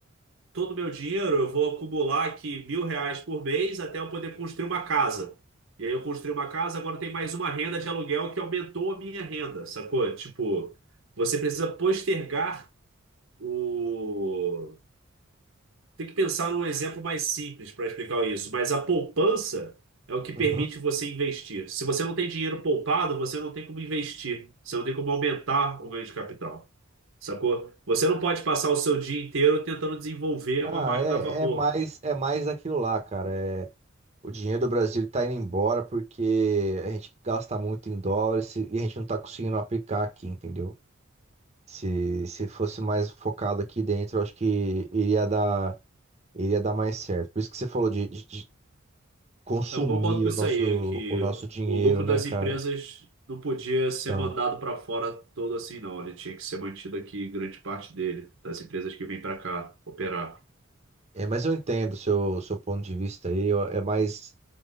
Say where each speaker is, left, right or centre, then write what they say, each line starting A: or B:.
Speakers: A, on the right; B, on the right.
A: todo o meu dinheiro, eu vou acumular aqui mil reais por mês até eu poder construir uma casa. E aí eu construí uma casa, agora tem mais uma renda de aluguel que aumentou a minha renda, sacou? Tipo, você precisa postergar o. Tem que pensar num exemplo mais simples para explicar isso, mas a poupança é o que permite
B: Uhum.
A: você investir. Se você não tem dinheiro poupado, você não tem como investir, você não tem como aumentar o ganho de capital, sacou? Você não pode passar o seu dia inteiro tentando desenvolver
B: Ah,
A: uma máquina
B: é,
A: a vapor.
B: é mais é mais aquilo lá, cara. É, o dinheiro do Brasil está indo embora porque a gente gasta muito em dólares e a gente não está conseguindo aplicar aqui, entendeu? Se, se fosse mais focado aqui dentro, eu acho que iria dar iria dar mais certo. Por isso que você falou de, de- de consumir
A: Eu concordo com
B: o
A: isso
B: nosso
A: aí, que
B: o nosso dinheiro,
A: o lucro
B: né,
A: das
B: cara?
A: empresas não podia ser
B: Então,
A: mandado para fora todo assim, não. Ele tinha que ser mantido aqui, grande parte dele, das empresas que vêm para cá operar.
B: é, mas eu entendo o seu seu ponto de vista aí. eu- É mais